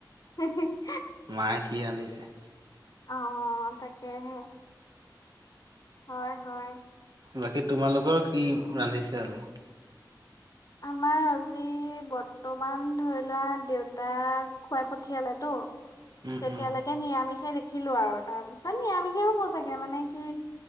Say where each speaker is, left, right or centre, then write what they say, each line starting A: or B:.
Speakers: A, on the left; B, on the right.
A: হু হু <unintelligible>
B: মায়ে কি ৰান্ধিছে?
A: অ'তাকেহে। হয়, হয়।
B: বাকী তোমালোকৰ কি ৰান্ধিছে আজি?
A: আমাৰ আজি বৰ্তমান ধৰি লোৱা দেউতাক খুৱাই পঠিয়ালেতো
B: উম,
A: তেতিয়ালেকে
B: উম,
A: নিয়ামিচেই থাক খিলো আৰু তাৰ পিছত নিয়ামিষে হ'ব চাগে মানে কি,